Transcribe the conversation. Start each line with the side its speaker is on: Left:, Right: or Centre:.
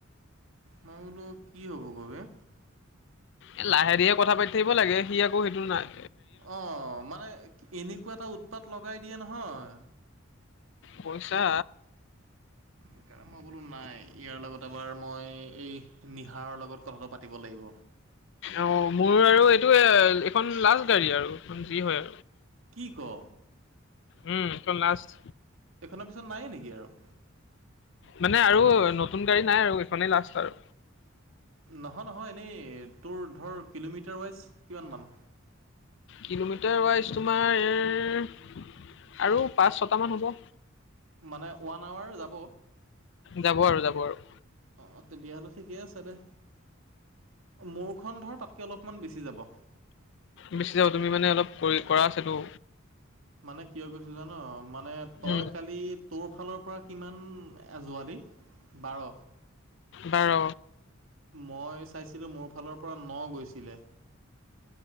Right: মই বোলো কি হ'ব গৈ বে!
Left: এ লাহে ধিহে কথা পাতি থাকিব লাগে সি আকৌ সেইটো নায়।
Right: অ মানে এনেকুৱা এটা উৎপাত লগাই দিয়ে নহয়।
Left: পইছা
Right: সেইকাৰণে মই বোলো নাই ইয়াৰ লগত এবাৰ মই এই নিহাৰৰ লগত কথাটো পাতিব লাগিব।
Left: অ মোৰ আৰু এইটো এইখন লাজ গাড়ী আৰুখন যি হয়।
Right: কি কৱ
Left: উম, এইখন লাষ্ট
Right: এইখনৰ পিছত নাইয়ে নেকি আৰু!
Left: মানে আৰু নতুন গাড়ী নাই আৰু এইখনেই লাষ্ট আৰু!
Right: নহয় নহয় এনেই তোৰ ধৰ কিলোমিটাৰ ৱাইজ কিমান মান?
Left: কিলোমিটাৰ ৱাইজ তোমাৰ ইয়াৰ আৰু! পাঁচ ছটামান হ'ব।
Right: মানে ওৱান আৱাৰ যাব।
Left: যাব আৰু যাব আৰু
Right: অ তেতিয়াহ'লে ঠিকে আছে দে। মোৰখন ধৰ তাতকে অলপমান বেছি যাব।
Left: বেছি যাব তুমি মানে অলপ কৰি কৰা আছে তৌ।
Right: মানে কিয় কৈছো জান মানে তই
Left: উম,
Right: কালি! তোৰফালৰ পৰা কিমানজোৱালি বাৰ!
Left: বাৰ
Right: মই চাইছিলোঁ মোৰ ফালৰ পৰা ন গৈছিলে।